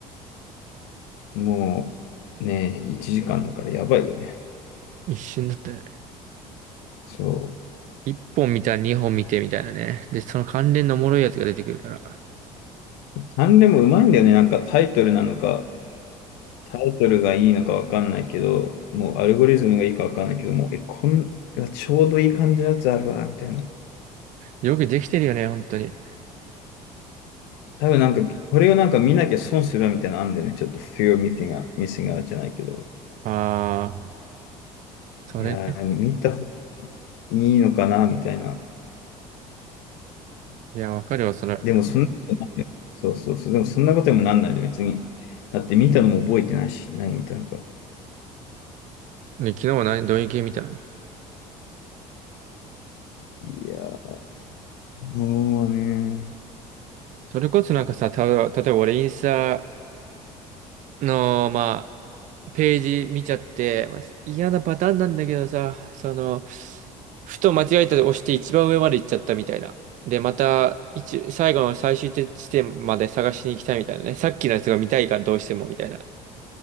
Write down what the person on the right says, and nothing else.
一瞬だったよね。
一本見たら二本見てみたいなね。で、その関連のおもろいやつが出てくるから。
よくできてるよね、本当に。
ああ、それね。
いや、わかるわ、それ。
ね、昨日は何、どういう系見たの
それこそなんかさ、た、例えば俺インスタの、まあ、ページ見ちゃって、まあ、嫌なパターンなんだけどさ、その、ふと間違えたで押して一番上まで行っちゃったみたいな。で、また、一、最後の最終地点まで探しに行きたいみたいなね。さっきのやつが見たいからどうしてもみたいな。